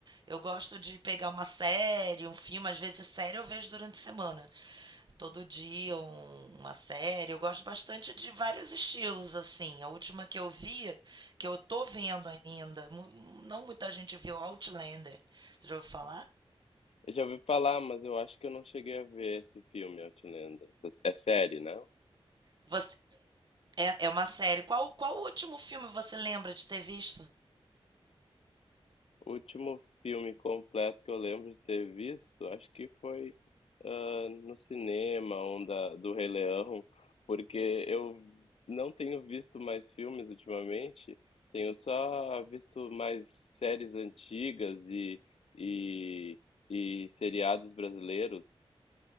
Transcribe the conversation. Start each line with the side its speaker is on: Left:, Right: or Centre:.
Right: eu gosto de pegar uma série, um filme, às vezes série eu vejo durante a semana. todo dia um- uma série. Eu gosto bastante de vários estilos, assim. A última que eu vi, que eu tô vendo ainda, mu- não muita gente viu, Outlander. Você já ouviu falar?
Left: Eu já ouvi falar, mas eu acho que eu não cheguei a ver esse filme, Outlander. É série, né?
Right: Você- é, é uma série. Qual, qual o último filme você lembra de ter visto?
Left: O último filme completo que eu lembro de ter visto, acho que foi ah, no cinema, um da, do Rei Leão, porque eu não tenho visto mais filmes ultimamente, tenho só visto mais séries antigas e, e, e seriados brasileiros,